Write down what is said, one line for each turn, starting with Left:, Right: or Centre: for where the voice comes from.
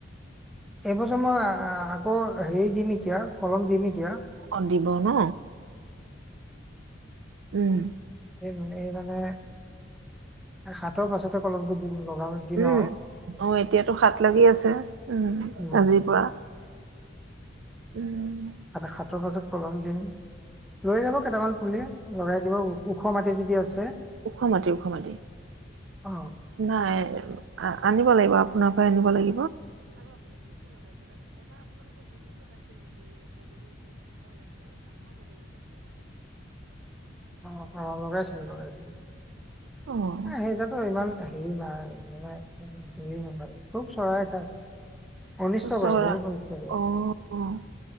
Centre: এইবছৰ মই আহ- অ সেই যিমি- কিয় কলম দি নেকিয়।
Right: অ দিব ন! উম।
Centre: এই মানে, এ সাতৰ পাছতে কলমটো। দিম লগাম দিম
Right: উম
Centre: আৰু
Right: অ এতিয়াতো হাত লাগি আছে। উম
Centre: উম।
Right: আজিৰ পৰা উম।
Centre: এটা সাতৰ মাজত কলম দিন। লৈ যাব কেইটামান পুলি। লৰাই দিব ওখ মাটি যদি আছে।
Right: ওখ মাটি ওখ মাটি
Centre: অ
Right: নাই। আনিব লাগিব আপোনাৰ পৰাই।
Centre: অ, অ লগাইছো লগাইছো।
Right: অ
Centre: এ সেইটোতো ইমান। হে ন মে ন খুব চৰাই খায়। অনিষ্ট
Right: চৰা
Centre: কৰে, বহুত অনিষ্ট কৰে।
Right: অ অ